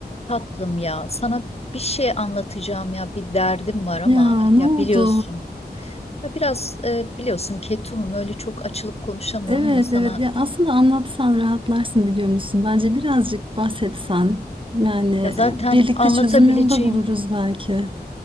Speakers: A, on the left (about 35°); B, on the right (about 30°).
A: Tatlım ya, sana bir şey anlatacağım ya, bir derdim var ama
B: Ya ne
A: ya
B: oldu?
A: biliyorsun, ya biraz e, biliyorsun ketumum öyle çok açılıp konuşamıyorum
B: Evet
A: ama sana
B: evet ya aslında anlatsan rahatlarsın biliyor musun? Bence birazcık bahsetsen yani
A: ya zaten
B: e, birlikte
A: anlatabileceğim,
B: çözüm yolu da buluruz belki.